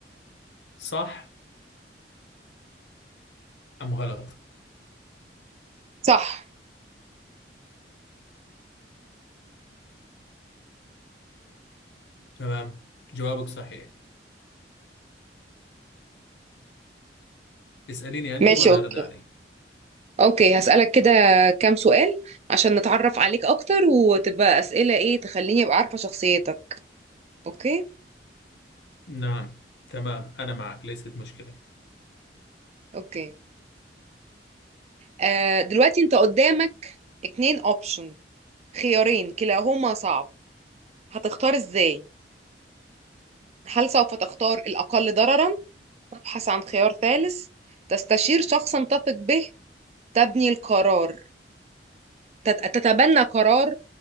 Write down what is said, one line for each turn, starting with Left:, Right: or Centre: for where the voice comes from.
Left: صح أم غلط
Right: صح
Left: تمام جوابك صحيح اسأليني أنت
Right: ماشي
Left: وأنا
Right: اوكي
Left: أرد عليك
Right: اوكي هسألك كده كام سؤال عشان نتعرف عليك اكتر وتبقى اسئلة ايه تخليني ابقى عارفة شخصيتك اوكي
Left: نعم تمام أنا معك ليست مشكلة
Right: اوكي آه دلوقتي انت قدامك اتنين اوبشن خيارين كلاهما صعب هتختار ازاي هل سوف تختار الاقل ضررا تبحث عن خيار ثالث تستشير شخصا تثق به تبني القرار تت- تتبنى قرار